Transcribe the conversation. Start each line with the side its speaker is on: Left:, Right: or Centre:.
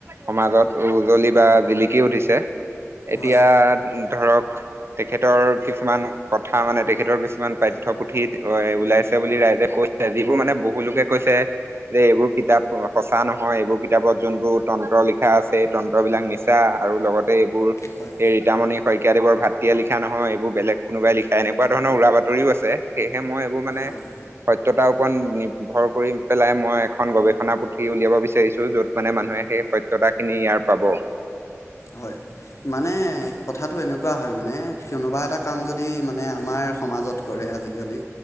Right: সমাজত উজলি বা জিলিকি উঠিছে। এতিয়া
Left: হয়
Right: ধৰক তেখেতৰ কিছুমান কথা মানে তেখেতৰ কিছুমান পাঠ্যপুথিত ওলাইছে বুলি ৰাইজে কৈছে যিবোৰ মানে বহুুলোকে কৈছে যে এইবোৰ কিতাপ সঁচা নহয় এইবোৰ কিতাপত যোনবোৰ তন্ত্ৰ লিখা আছে। তন্ত্ৰ বিলাক মিছা আৰু লগত এইবোৰ
Left: হয়
Right: এই ৰীতামনী শইকীয়াদেৱৰ ভাতৃয়ে লিখা নহয়, এইবোৰ বেলেগ কোনোবাই লিখা এনেুৱা ধৰণৰ উৰা বাত ৰিও আছে সেয়েহে মই এইবোৰ মানে
Left: হয়
Right: ততাৰ ওপৰত নিৰ্ভৰ কৰি পেলাই মই এখন গৱেষণা পুথি উলিয়াব বিচাৰিছোঁ য'ত মানে মানুহে সেই সত্যতা খিনি ইয়াৰ পাব।
Left: হয়, মানে কথাটো এনেকুৱা হয়, মানে কোনোবা এটা কাম যদি মানে আমাৰ সমাজত কৰে আজিকালি।